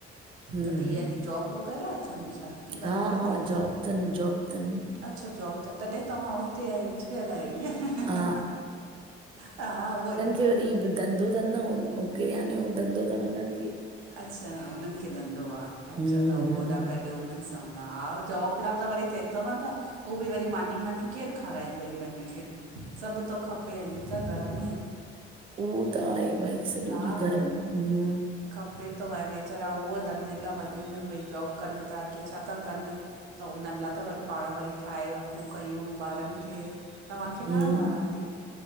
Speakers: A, on the right; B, on the right.
A: हम्म
B: त भैया
A: हम्म
B: जी जॉब वग़ैरह अथनि छा? की धंधो
A: हा हा,
B: पंहिंजो
A: जॉब तन्, जॉब तन्।
B: अच्छा जॉब अथनि, तॾहिं तव्हां हुते आहियो विछड़ियल आहियो इअं?
A: हा,
B: हा, उअई।
A: क वरी धंधो अथनि किरयाने धंधो अथनि हुननि खे।
B: अच्छा, उन्हनि खे धंधो आहे। अच्छा
A: हम्म,
B: त उह होॾा
A: हम्म
B: गॾु हुनननि सां हूंदा, हा जॉबला त वरी थिए। चवन्ता उहे वरी मानी मानी केरु खाराइनि भई उन्हनि खे? सभु थो खपे अॼु त घर में।
A: उहो त आहे भई सॼो
B: हा
A: ॾींहुं घरमम।
B: खपे थो ऐं वेचारा उहो धंधे लाइ वञनि भई, जॉब कनि था की छा था कनि। त उन्हनि लाइ त वरी पाण वरी ठाहे रखूं कयूं ॿारनि खे। तव्हांखे घणा
A: हम,
B: ॿार आंटी